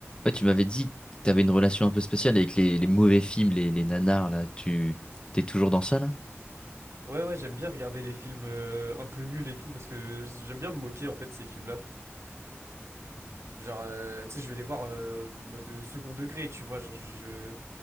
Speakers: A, on the left; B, on the right.
A: Ouais, tu m'avais dit que tu avais une relation un peu spéciale avec les, les mauvais films, les, les nanars, là. Tu t'es toujours dans ça, là?
B: Ouais, ouais, j'aime bien regarder les films euh, un peu nuls et tout, parce que j'aime bien me moquer en fait de ces films-là. Genre, euh, tu sais, je vais les voir euh, mode euh, second degré, tu vois. Genre, je.